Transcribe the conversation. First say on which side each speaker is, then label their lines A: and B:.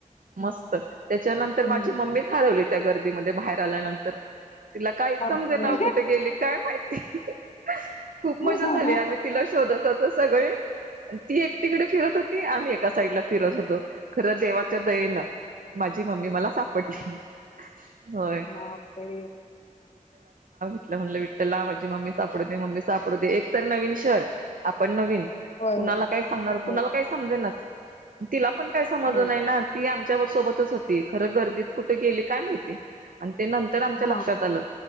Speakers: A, on the right (about 85°); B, on the left (about 55°).
A: मस्त त्याच्यानंतर
B: हम्म
A: माझी मम्मीच हरवली त्या गर्दी बाहेर आल्यानंतर तिला काही
B: बापरे
A: समजे ना कुठे गेली काय माहिती? ह. खूप मजा
B: हा
A: झाली आम्ही तिला शोधत सगळे ती एक तिकडे फिरत होती आम्हीका साईड ला फिरत होतो खर देवाच्या दयेन माझ ी मम्मी मला सापडली होय
B: मापे
A: लं म्हटलं विठललाझी मम्मी सापडू दे मम्मी सापडू दे एक तर नवीन शर आपण नवीन
B: होय
A: कुणाला
B: होय
A: काय सांगणार
B: होय
A: कुणाला काय समजेनच. तिला पण काही समजलं
B: होय
A: नाही ना ती सत हो खर गर्दीत कुठे गेली काय माहिती? ते नंतर आमच्या लक्षात
B: हा
A: आलं.